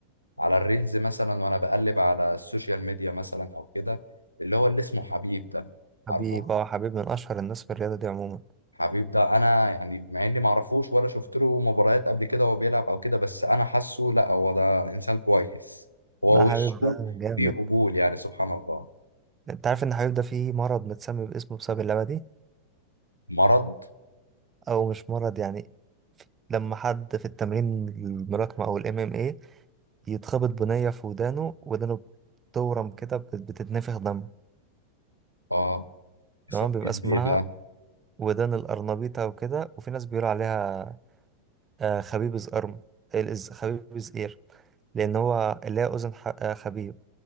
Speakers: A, on the left (about 90°); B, on the right (about 20°).
A: على الريلز مثلا وانا بقلب على السوشيال ميديا مثلا او كده اللي هو اللي اسمه حبيب ده
B: حبيب
A: عارفه
B: اه حبيب من اشهر الناس في الرياضه دي عموما
A: حبيب ده انا يعني مع اني معرفوش ولا شفت له مباريات قبل كده وهو بيلعب او كده بس انا حاسه لا هو ده انسان كويس هو
B: لا حبيب
A: وشه
B: ده جامد
A: فيه قبول يعني سبحان الله
B: انت عارف ان حبيب ده فيه مرض متسمي باسمه بسبب اللعبه دي
A: مرض
B: او مش مرض يعني لما حد في التمرين الملاكمه او الام ام اي يتخبط بنيه في ودانه ودانه بتورم كده بت- بتتنفخ دم
A: اه يسميه
B: تمام بيبقى اسمها
A: ايه بقى
B: ودان الأرنبيطة وكده وفي ناس بيقولوا عليها آه، خبيب زقرم الز- خبيب زقير لأن هو اللي هي أذن ح- آه، خبيب